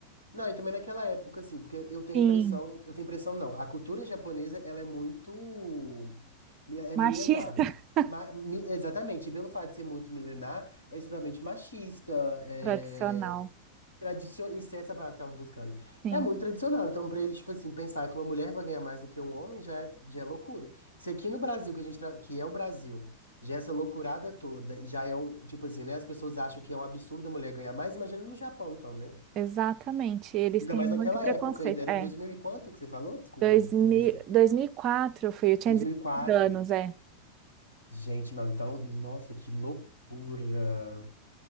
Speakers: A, on the left (about 80°); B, on the right (about 35°).
A: Não, e também naquela época, assim, porque eu tenho
B: Sim,
A: a impressão, eu tenho a impressão não, a cultura japonesa, ela é muito, mi- é
B: machista
A: milenar,
B: <laughs>
A: Ma- mi- exatamente, e pelo fato de ser muito milenar, é extremamente machista, é,
B: tradicional.
A: tradicio- isso é essa palavra que eu tava buscando,
B: Sim,
A: é muito tradicional, então pra eles, tipo assim, pensar que uma mulher vai ganhar mais do que um homem já é, já é loucura. Se aqui no Brasil, que a gente, tra- que é o Brasil, já é essa loucurada toda, já é um, tipo assim, né, as pessoas acham que é um absurdo a mulher ganhar mais, imagina no Japão, então, né?
B: exatamente. Eles
A: Ainda
B: têm
A: mais
B: muito
A: naquela
B: preconceito.
A: época ainda, era
B: É.
A: 2000 e quanto que você falou? Desculpa,
B: Dois
A: é
B: mil,
A: 16
B: 2004 eu fui, eu tinha
A: 2004.
B: 16 anos, é.
A: Gente, não, então, nossa, que loucura.